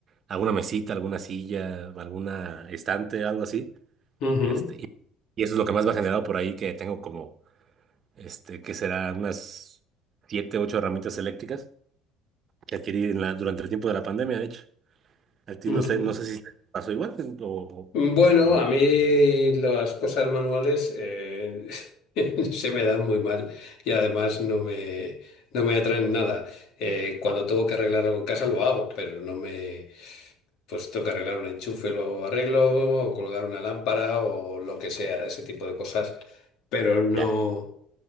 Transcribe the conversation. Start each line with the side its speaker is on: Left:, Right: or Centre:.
Right: alguna mesita, alguna silla, alguna estante, algo así,
Left: Ujú,
Right: este, y, y eso es lo que más me ha generado por ahí, que tengo como, este, que será unas siete, ocho herramientas eléctricas que adquirí en la- durante el tiempo de la pandemia, de hecho. A ti
Left: ujú.
Right: no sé, no sé si te pasó igual ¿no? o,
Left: Bueno,
Right: o- o no.
Left: a mí las cosas manuales eh, <laughs> se me dan muy mal y además no me, no me atraen nada. Eh, cuando tengo que arreglar algo en casa lo hago, pero no me... Pues tengo que arreglar un enchufe, lo arreglo, o colgar una lámpara o lo que sea, de ese tipo de cosas. Pero no.
Right: Ya.